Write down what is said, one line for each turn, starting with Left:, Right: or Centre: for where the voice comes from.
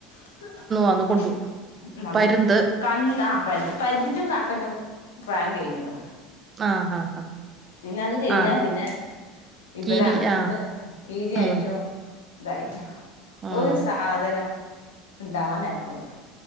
Left: <unintelligible>
Right: ആന്ന് കൊണ്ടുപോകും പരുന്ത്
Left: ഫാൻ കഴിഞ്ഞിക്കണ്
Right: ആഹ് ആഹ് ആഹ്
Left: പിന്നെ അത് കഴിഞ്ഞാ
Right: ആഹ്
Left: പിന്നെ ഇവരാണ്
Right: കീരി ആഹ്
Left: കീരിയായിട്ടും
Right: ഉം
Left: തായിട്ട്
Right: ഉം
Left: ഒരു സാധനം ഉണ്ടാവാൻ ആയിക്കോട്ടെ